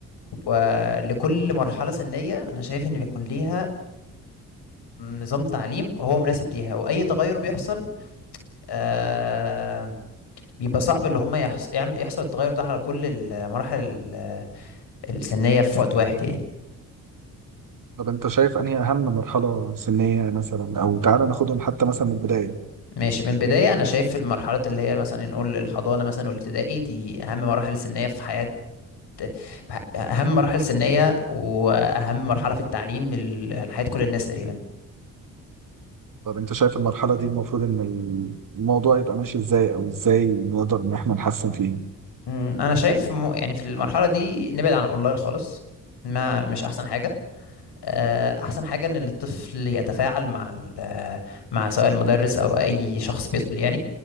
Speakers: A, on the left (about 60°); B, on the right (about 45°).
A: ولكل مرحلة سنية انا شايف ان بيكون ليها نظام تعليم هو مناسب ليها واي تغير بيحصل آه بيبقى صعب اللي هم يحص... يعمل... يحصل التغير ده على كل المراحل ال- السنية في وقت واحد يعني
B: طب أنت شايف أنهي أهم مرحلة سنية مثلا أو تعالى ناخدهم حتى مثلا من البداية
A: ماشي من البداية أنا شايف المرحلة اللي هي مثلا نقول الحضانة مثلا والابتدائي دي أهم مراحل سنية في حياة في ح- أهم مراحل سنية وأهم مرحلة في التعليم ال- لحياة كل الناس تقريبا
B: طب أنت شايف المرحلة دي المفروض إن الموضوع يبقى ماشي إزاي أو إزاي نقدر إن إحنا نحسن فيه
A: أمم، أنا شايف م- يعني في المرحلة دي نبعد عن الأونلاين خالص ما مش أحسن حاجة آه، احسن حاجه ان الطفل يتفاعل مع ال- آه، مع سواء المدرس او اي شخص بيدخل يعني